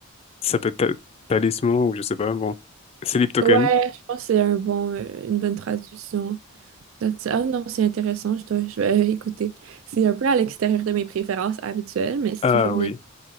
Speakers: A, on the left; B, on the right.
A: Ça peut être ta- talisman ou je sais pas. Bon, c'est l'ip token.
B: Ouais, je pense que c'est un bon, euh, une bonne traduction. Donc, Ah non, c'est intéressant, je dois, je vais écouter. C'est un peu à l'extérieur de mes préférences habituelles, mais c'est
A: Ah
B: toujours bien
A: oui.